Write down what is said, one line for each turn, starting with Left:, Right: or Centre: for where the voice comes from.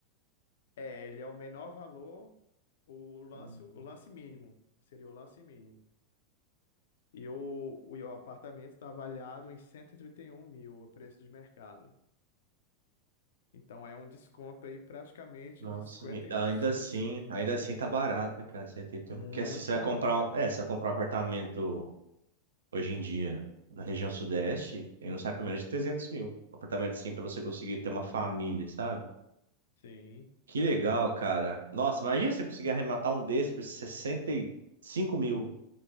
Left: É, ele é o menor valor, o lance,
Right: Hum,
Left: o lance mínimo. Seria o lance mínimo. E o, o, e o apartamento está avaliado em cento e e trinta e um mil, o preço de mercado. Então é um desconto aí praticamente
Right: Nossa.
Left: de cinquenta
Right: E
Left: e
Right: Ainda
Left: um por cento.
Right: assim, ainda assim tá barato, né, cara? 61.
Left: Muito
Right: Porque assim, você vai
Left: barato.
Right: comprar um, é, você vai comprar um apartamento hoje em dia, na região sudeste, ele não sai por menos de 300 mil. Um apartamento assim pra você conseguir ter uma família, sabe?
Left: Sim.
Right: Que legal, cara. Nossa, imagina você conseguir arrematar um desse por sessenta e cinco mil.